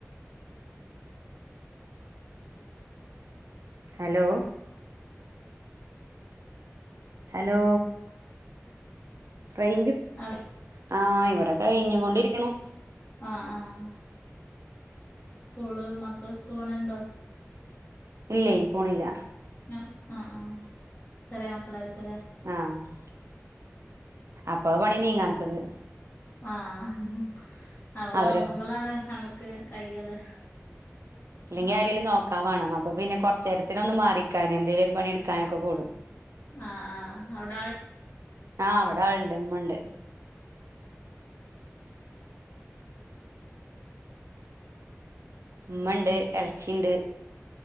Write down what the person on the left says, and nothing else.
അവി
ആഹ് ആഹ് സ്കൂള് മക്കള് സ്കൂൾ ഉണ്ടോ?
അഹ് അഹ് ആഹ് ചെറിയ മക്കളായിരിക്കുലേ
ആഹ് അവരൊറങ്ങുമ്പളാണ്
അമ്മക്ക് കയ്യല്
ആഹ്
ആഹ് ആ അവിടാൾ